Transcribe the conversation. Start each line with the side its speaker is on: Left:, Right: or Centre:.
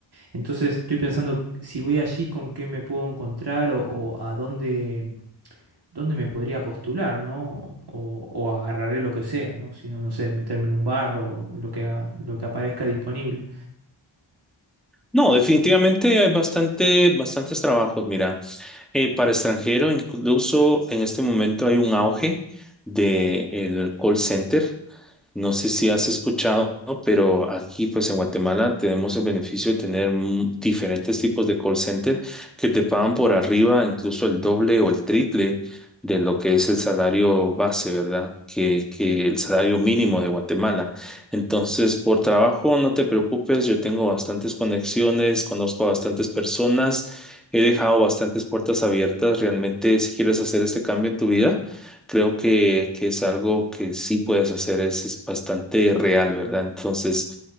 Right: Entonces estoy pensando si voy allí con qué me puedo encontrar o, o a dónde, dónde me podría postular, ¿no? O, o agarraré lo que sea, ¿no? Si no, no sé, meterme en un bar o lo que, ha- lo que aparezca disponible.
Centre: No, definitivamente hay bastante, bastantes trabajos. Mira, eh, para extranjero, incluso en este momento hay un auge del call center. No sé si has escuchado, ¿no? pero aquí pues en Guatemala tenemos el beneficio de tener mm, diferentes tipos de call center que te pagan por arriba, incluso el doble o el triple de lo que es el salario base, ¿verdad? Que, que el salario mínimo de Guatemala. Entonces, por trabajo, no te preocupes, yo tengo bastantes conexiones, conozco a bastantes personas, he dejado bastantes puertas abiertas. Realmente, si quieres hacer este cambio en tu vida creo que, que es algo que sí puedes hacer, es, es bastante real, ¿verdad? Entonces,